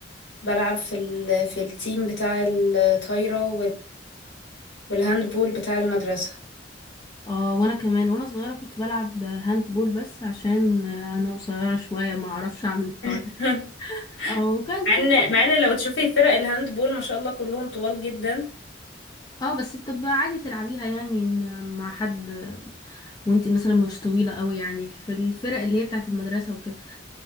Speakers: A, on the left; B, on the left.
A: بلعب في ال في التيم بتاع الطايرة بالهاند بول بتاع المدرسة
B: اه وانا كمان وانا صغيره كنت بلعب هاند بول بس عشان آه، انا قصيره شويه ما اعرفش اعمل الطايره
A: <laughs>
B: او كان
A: مع
B: كورة
A: ان مع ان لو تشوفي فرق الهاند بول ما شاء الله كلهم طوال جدا
B: اه بس بتبقى عادي تلعبيها يعني م- مع حد وانتي مثلا مش طويلة قوي يعني في الفرق اللي هي بتاعت المدرسة وكده